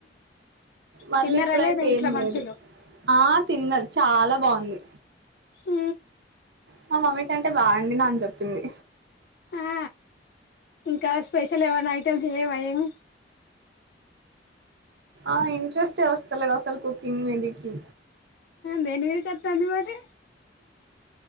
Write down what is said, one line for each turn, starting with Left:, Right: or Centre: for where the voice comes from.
Right: మళ్ళీ
Left: తిన్నరా
Right: ఇప్పుడైతే
Left: లేదా ఇంట్లో
Right: ఏం
Left: మనుషులు
Right: లేదు ఆ తిన్నది చాలా బాగుంది
Left: ఊ
Right: మా మమ్మీ కంటే బా వండినా అని చెప్పింది
Left: ఆ ఇంకా స్పెషల్ ఏమన్నా ఐటెమ్స్ ఏవ ఏమి
Right: ఆ ఇంట్రెస్టే వస్తలే అసలు కుకింగ్ మీదికి
Left: దేని మీదకి వత్తాంది మరి